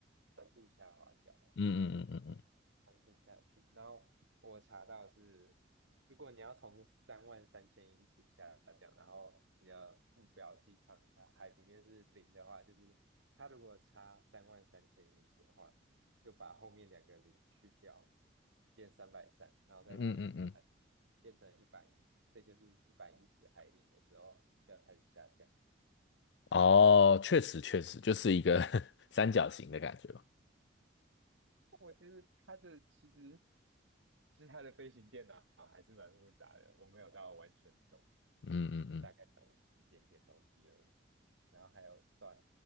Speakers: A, on the right; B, on the left.
A: 深度下滑角，
B: 嗯嗯嗯嗯
A: 单度下去。然后我查到是，如果你要从三万三千英尺下降，然后你的目标机场它海平面是零的话，就是它如果差三万三千英尺的话，就把后面两个零去掉，变三百三，然后再除以三，
B: 嗯嗯嗯嗯，
A: 变成一百一，所以就是一百一十海里的时候就要开始下降。
B: 哦，确实确实就是一个 <laughs> 三角形的感觉吧。
A: 我觉得它的其实其实它的飞行电脑还是蛮复杂的，我没有到完全懂，
B: 嗯嗯嗯。
A: 就是大概懂一一点点东西而已。然后还有算，